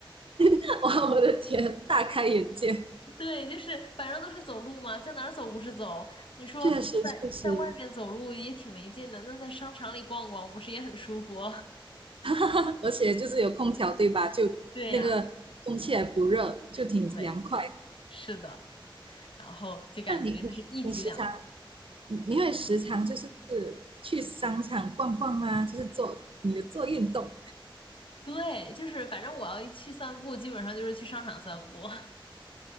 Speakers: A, on the right; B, on the left.
A: <laughs> 哇，我的天，大开眼界，
B: <laughs> 对，就是反正都是走路嘛，在哪儿走不是走？你说在在外面走路也挺没劲的，
A: 确实确实，
B: 那在商场里逛逛不是也很舒服？
A: <laughs> 而且就是有空调对吧？就那个空气还不热，
B: <laughs> 对呀，
A: 就挺凉快的。
B: 对，是的，然后就感觉这是一举两得。
A: 那你你你时常你你会时常就是去商场逛逛啊，就是做你的做运动，
B: 对，就是反正我要一去散步，基本上就是去商场散步。<laughs>